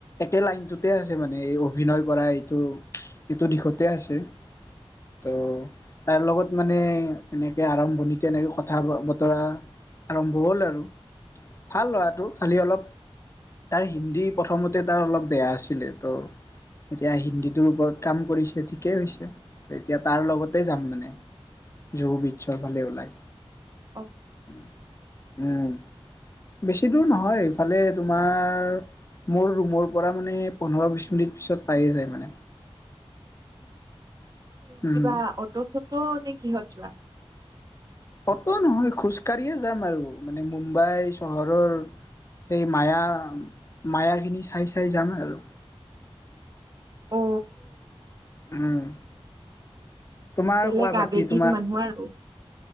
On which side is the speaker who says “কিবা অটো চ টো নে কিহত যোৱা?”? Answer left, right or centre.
Right